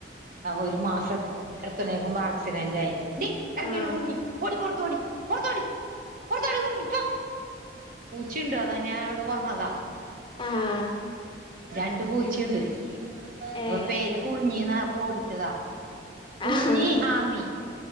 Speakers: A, on the right (about 45°); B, on the left (about 25°).
A: ഒരു മാസ ഒക്കെ എത്തണേക്കുമ്പോ ആക്സിഡന്റായി ടി ഇറങ്ങടി
B: ആഹ്
A: കുറിഞ്ഞി പൊടി പുറത്ത് പോടി പു റത്തോടി പുറു ത്തോടി കുർഞ്ഞി പ്പോ പൂച്ചയുണ്ട് അതാ <unintelligible> ട് പറഞ്ഞതാ
B: ആഹ്
A: രണ്ട് പൂച്ചയുണ്ട് അപ്പൊ
B: ഏഹ്
A: പേര് കുർഞ്ഞിന്നാ ഓടിച്ചതാ കുറിഞ്ഞി
B: ആഹ്
A: ആമി